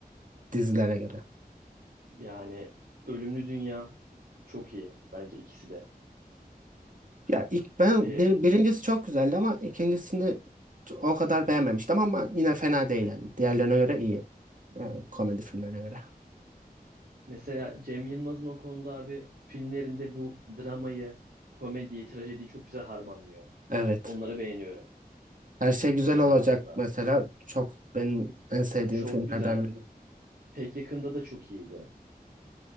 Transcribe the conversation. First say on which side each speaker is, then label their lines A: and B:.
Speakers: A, on the right; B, on the right.
A: Dizilere göre.
B: Yani Ölümlü Dünya çok iyi. Bence ikisi de.
A: Ya ilk ben
B: E,
A: bir- birincisi çok güzeldi ama ikincisini çok- o kadar beğenmemiştim ama yine fena değil yani. Diğerlerine göre iyi. Ee, komedi filmlerine göre.
B: mesela Cem Yılmaz'ın o konuda abi filmlerinde bu dramayı, komediyi, trajediyi çok güzel harmanlıyor.
A: Evet.
B: Onları beğeniyorum.
A: Her şey
B: Hani
A: güzel
B: komedi
A: olacak
B: alanında.
A: mesela. Çok benim en sevdiğim
B: Çok
A: filmlerden
B: güzel.
A: biri.
B: Pek yakında da çok iyiydi.